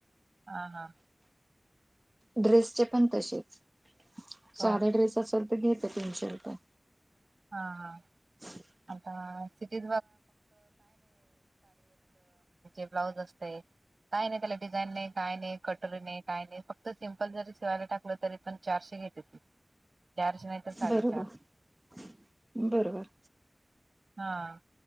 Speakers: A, on the right; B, on the right.
A: हा.. हां..
B: ड्रेसचे पण तसेच.
A: हो
B: साधा ड्रेस असेल तर, घेते तीनशे रुपये.
A: हा.. हा.
B: <inaudible>
A: आता <unintelligible> जे ब्लाऊज असतंय, काय नाही त्याला डिझाईन नाही, काय नाही कटोरी नाही काय नाही फक्त. जर सिम्पल जरी शिवायला टाकलं, तरी पण चारशे घेते ती. चारशे नाही तर साडेचार
B: बरोबर-बरोबर.
A: हा,